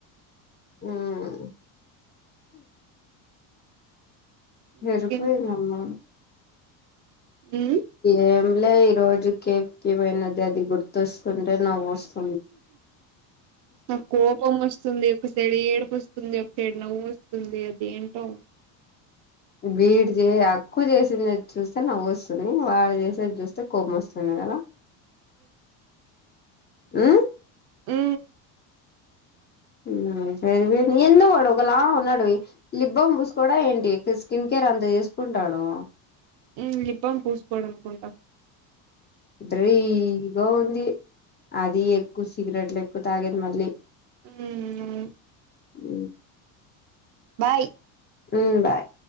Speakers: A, on the left; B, on the right.
A: ఉ
B: ఇంకేం
A: ఎరుపైందమ్మా
B: ఉమ్
A: ఏం లే ఈరోజు కేఎఫ్ కి పోయినా అది గుర్తొస్తుంటే నవ్వు వస్తు
B: నాకు కోపం వస్తుంది ఒకసైడు ఏడుపు వస్తుంది ఒకసైడు నవ్వు వస్తుంది అది ఏంటో
A: వీడి చే ఎక్కువ చేసింది చూస్తే నవ్వు వస్తుంది వాడు చేసేది చూస్తే కోపం వస్తుంది కదా
B: ఉ
A: ఊ
B: మూ
A: నావి ఏంటి ఏంటివి ఏందో వాడు ఒకలా ఉన్నాడువి లిప్ బామ్ పూసుకోడా ఏంటి స్కిన్ కేర్ అంత చేసుకుంటాడూ
B: ఉమ్ లిప్ బామ్ పూసుకోడు అనుకుంటా
A: డ్రై గా ఉంది అదీ ఎక్కువ సిగరెట్లు ఎక్కువ తాగేది మళ్ళీ
B: ఊనా
A: ఊ
B: బాయ్
A: ఊ బాయ్